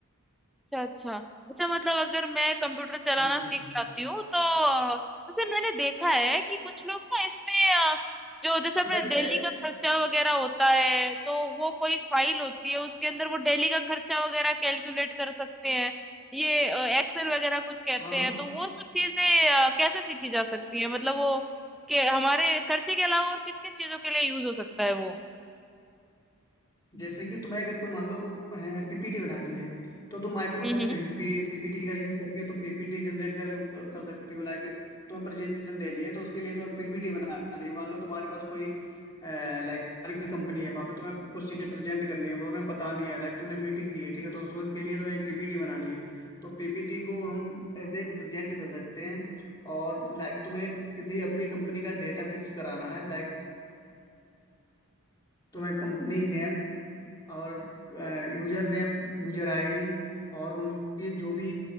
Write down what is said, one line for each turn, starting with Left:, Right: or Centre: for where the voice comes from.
Centre: अच्छा अच्छा अच्छा मतलब अगर मैं कंप्यूटर चलाना
Left: हम्म।
Centre: सीख जाती हूँ तो अ, वैसे मैंने देखा है कि कुछ लोग ना इसमें अ, जो जैसे अपने
Left: वैसे
Centre: दिल्ली का खर्चा वगैरह होता है तो वो कोई फाइल होती है उसके अंदर वो दिल्ली का खर्चा वगैरह कैलकुलेट कर सकते हैं ये एक्सेल वगैरह कुछ कहते
Left: हाँ
Centre: हैं तो वो सब चीजें अ, कैसे सीखी जा सकती है मतलब वो के हमारे खर्चे के अलावा और किन किन चीजों के लिए यूज हो सकता है वो
Left: जैसे कि तुम्हें अगर कोई मान लो पीपीटी बनानी है तो तुम माइक्रोसॉफ्ट
Centre: हम्म हम्म
Left: पीपीटी का यूज करके तुम पीपीटी जनरेट कर कर सकती हो लाइक तुम्हें प्रेजेंटेशन देनी है तो उसके लिए तुम्हें पीपीटी बनानी है मान लो तुम्हारे पास कोई लाइक तुम्हारी कोई कंपनी है वहाँ पे तुम्हें कुछ चीज़ें प्रेजेंट करनी है वो उन्हें बतानी है लाइक तुमने मीटिंग की है ठीक है तो उसके लिए तुम्हें एक पीपीटी बनानी है तो पीपीटी को हम एज ए प्रेजेंट कर सकते हैं और लाइक तुम्हें किसी अपनी कंपनी का डेटा फिक्स कराना है लाइक तुम्हें कंपनी नेम और यूजर नेम यूजर आईडी और उनकी जो भी